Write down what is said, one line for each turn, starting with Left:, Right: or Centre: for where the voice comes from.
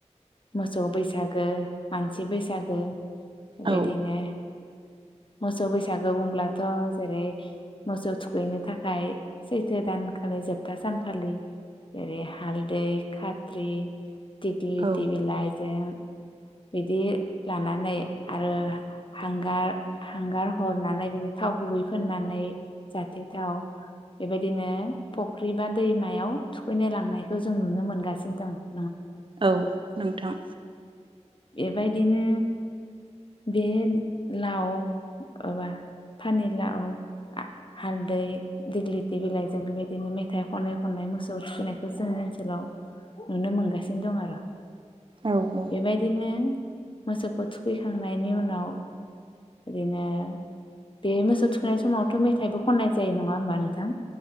Left: मोसौ बैसागो मानसि बैसागो बेबायदिनो
Right: औ
Left: मोसौ बैसागो बुंब्लाथ जेरै मोसौ थुखैनो थाखाय सैथो दानखालि जोबथा सानखालि ओरै हालदै खात्रि दिगलि
Right: औ
Left: टि बिलाइ जें बिदि लानानै आरो हांगार हांगार हरनानै बिदि थाव गुबै फोननानै जाथि थाव बेबायदिनो फख्रि बा दैमायाव थुखैनो लांनायखौ जों नुनो मोनगासिनो दङ।
Right: औ नोंथां
Left: बेबायदिनो बे लाव माबा फानेलााव हालदै दिग्लिथि बिलाइजों बेबायदिनो मेथाइ खनै खनै मोसौ थुखैनायखौ जोंनि ओनसोलाव नुनो मोनगासिनो दं आरो।
Right: औ औ
Left: बेबायदि मोसौखौ थुखैखांनायनि उनाव बिदिनो बे मोसौ थुखैनाय समावथ मेथाइबो खननाय जायो नङा होमबा नोंथां?